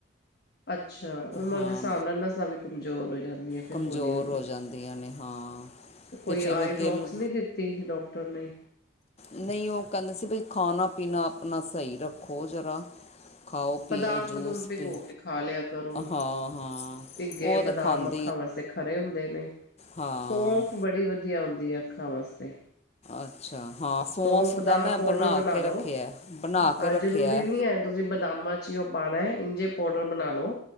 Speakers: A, on the left (about 55°); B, on the left (about 35°).
A: ਅੱਛਾ, ਉਮਰ
B: ਹਾਂ
A: ਦੇ ਹਿਸਾਬ ਨਾਲ ਨਸਾਂ ਵੀ ਕਮਜ਼ੋਰ ਹੋ ਜਾਂਦੀਆਂ। ਫਿਰ
B: ਕਮਜ਼ੋਰ
A: ਹੌਲੀ ਹੌਲੀ
B: ਹੋ ਜਾਂਦੀਆਂ ਨੇ ਹਾਂ। ਅਤੇ
A: ਕੋਈ
B: ਫਿਰ
A: ਆਈ
B: ਉਹ
A: ਡਰੋਪਸ
B: ਦਿਲ
A: ਨਹੀਂ ਦਿੱਤੀ ਡੋਕਟਰ ਨੇ?
B: ਨਹੀਂ ਉਹ ਕਹਿੰਦੇ ਸੀ ਬਈ ਖਾਣਾ-ਪੀਣਾ ਆਪਣਾ ਸਹੀ ਰੱਖੋ ਜਰਾ। ਖਾਓ-ਪੀਓ
A: ਬਦਾਮ
B: ਜੂਸ
A: ਬਦੂਮ ਭਿਗੋ
B: ਪੀ,
A: ਕੇ ਖਾ ਲਿਆ ਕਰੋ
B: ਹਾਂ-ਹਾਂ
A: ਭਿੱਗੇ
B: ਉਹ ਤੇ
A: ਬਦਾਮ
B: ਖਾਂਦੇ
A: ਅੱਖਾਂ ਵਾਸਤੇ ਖਰੇ ਹੁੰਦੇ ਨੇ,
B: ਹਾਂ
A: ਸੌਂਫ ਬੜੀ ਵਧੀਆ ਹੁੰਦੀ ਐ ਅੱਖਾਂ ਵਾਸਤੇ।
B: ਅੱਛਾ ਹਾਂ ਸੌਂਫ
A: ਸੋਫ ਦਾ
B: ਮੈਂ
A: ਪਾਊਡਰ ਬਣਾ
B: ਕੇ ਰੱਖਿਆ
A: ਲੋ,
B: ਬਣਾ
A: ਹਾਂ
B: ਕੇ ਰੱਖਿਆ
A: ਜਰੂਰੀ ਨੀ ਏ। ਤੁਸੀਂ ਬਦਾਮਾਂ 'ਚ' ਹੀ ਉਹ ਪਾਉਣਾ ਹੈ ਇੰਜੇ ਪਾਊਡਰ ਬਣਾ ਲਓ,